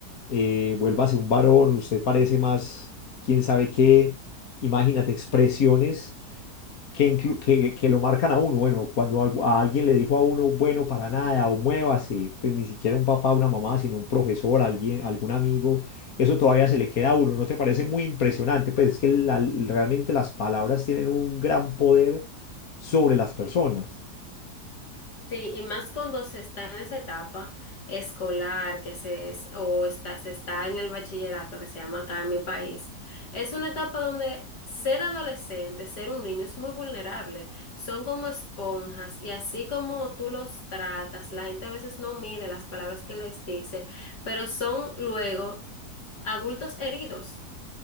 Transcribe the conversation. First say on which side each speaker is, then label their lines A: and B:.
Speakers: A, on the left; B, on the left.
A: eh, vuélvase un varón, usted parece más, quién sabe qué, imagínate, expresiones que, inclu- que, que lo marcan a uno. Bueno, cuando algu- a alguien le dijo a uno, bueno, para nada, o muévase, pues ni siquiera un papá, una mamá, sino un profesor, alguien, algún amigo, eso todavía se le queda a uno. ¿No te parece muy impresionante? Pues es que la- realmente las palabras tienen un gran poder sobre las personas.
B: Sí, y más cuando se está en esa etapa escolar que se es, o está, se está en el bachillerato que se llama acá en mi país. Es una etapa donde ser adolescente, ser un niño es muy vulnerable. Son como esponjas y así como tú los tratas, la gente a veces no mide las palabras que les dice, pero son luego adultos heridos.